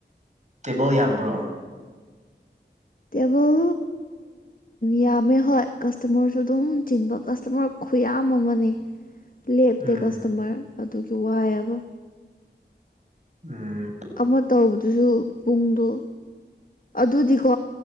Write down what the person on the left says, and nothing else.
ꯇꯦꯕꯜ ꯌꯥꯝꯃꯦ ꯍꯣꯏ ꯀꯁꯇꯃꯔꯁꯨ ꯑꯗꯨꯝ ꯆꯤꯟꯕ ꯀꯁꯇꯃꯔ ꯈꯨꯌꯥꯝ ꯑꯃꯅꯦ
ꯂꯦꯞꯇꯦ
ꯀꯁꯇꯣꯃꯔ ꯑꯗꯨꯒꯤ ꯋꯥꯏꯕ
ꯑꯃ ꯇꯧꯕꯗꯨꯁꯨ ꯄꯨꯡꯗꯣ ꯑꯗꯨꯗꯤꯀꯣ